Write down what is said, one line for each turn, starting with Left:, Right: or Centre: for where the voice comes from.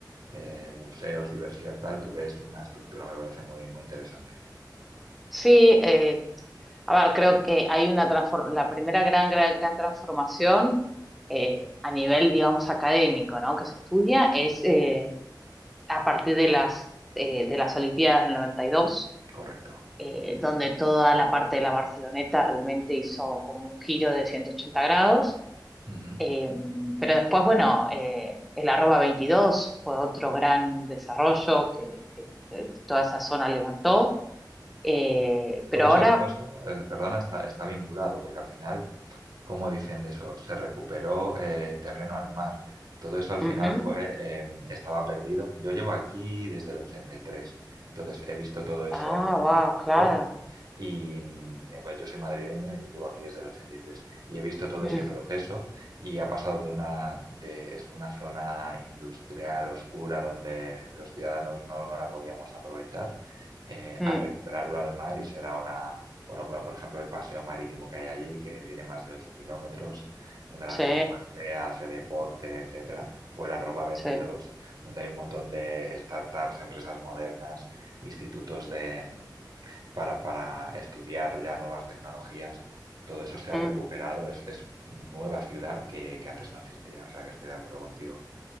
Right: eh, museos, diversión, tal, tú ves una estructura, me parece muy, muy interesante.
Centre: Sí, eh, a ver, creo que hay una transfor- la primera gran, gran, gran transformación eh, a nivel, digamos, académico, ¿no? Que se estudia es eh, a partir de las, eh, de las Olimpiadas del 92,
Right: Correcto.
Centre: eh, donde toda la parte de la Barceloneta realmente hizo como un giro de 180 grados.
Right: Ujú.
Centre: Eh, pero después, bueno, eh, el arroba 22 fue otro gran desarrollo que, que, eh, toda esa zona levantó. Eh, pero
Right: Todo
Centre: ahora
Right: eso, todo eso, eh, perdona, está, está vinculado, porque al final, como dicen de eso? Se recuperó eh, terreno al mar. Todo eso al final
Centre: Ujú.
Right: fue, em, estaba perdido. Yo llevo aquí desde el 83, entonces he visto todo eso
Centre: Ah, wow,
Right: en
Centre: claro.
Right: vivo Y mm, pues yo soy madrileño y llevo aquí desde el ochenta y tres y he visto todo
Centre: Mm,
Right: ese proceso y ha pasado de una, de, es una zona industrial oscura donde los ciudadanos no, no la podíamos aprovechar eh,
Centre: mm,
Right: a recuperarlo al mar y ser ahora, bueno, claro, por ejemplo, el paseo marítimo que hay allí, que tiene más de 8 kilómetros, donde la
Centre: Sí,
Right: gente pasea, hace deporte, etcétera, o el arroba veintidós
Centre: sí.
Right: donde hay un montón de startups, empresas modernas, institutos de, mm, para, para estudiar ya nuevas tecnologías, todo eso se ha
Centre: mm.
Right: recuperado, es, es nueva ciudad que, que antes no existía, o sea que estoy de acuerdo contigo.